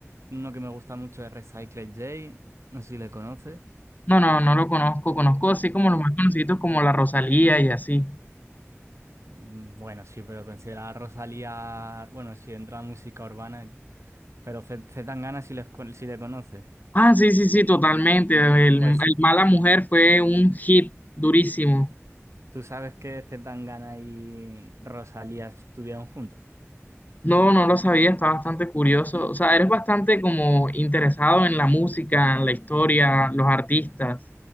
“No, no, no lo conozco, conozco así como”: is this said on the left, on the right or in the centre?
Left